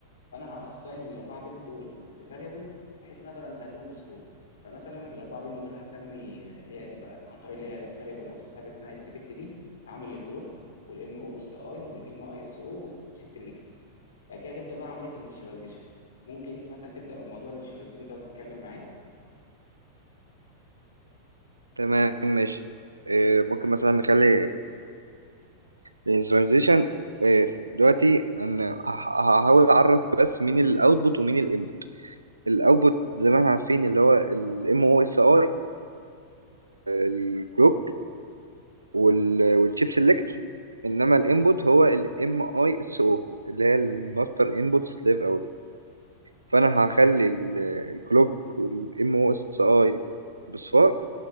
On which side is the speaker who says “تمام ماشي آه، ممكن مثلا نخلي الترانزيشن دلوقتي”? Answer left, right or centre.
Right